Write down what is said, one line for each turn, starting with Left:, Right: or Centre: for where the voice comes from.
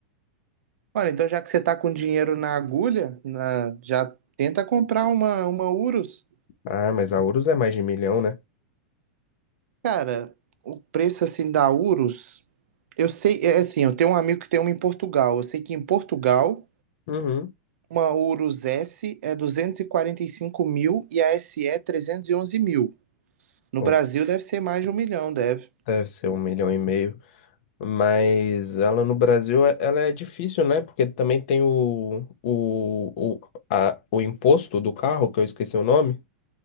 Right: Olha, então já que você tá com dinheiro na agulha, na- já tenta comprar uma, uma Urus.
Left: Ah, mas a Urus é mais de milhão, né?
Right: Cara, o preço assim da Urus, eu sei, é assim, eu tenho um amigo que tem uma em Portugal. Eu sei que em Portugal,
Left: Uhum.
Right: uma Urus S é duzentos e e quarenta e cinco mil e a SE é onze mil. No
Left: Pô,
Right: Brasil deve ser mais de um milhão, deve.
Left: deve ser um milhão e meio. Mas ela no Brasil, é- ela é difícil, né? Porque também tem o, o, o, a- o imposto do carro, que eu esqueci o nome,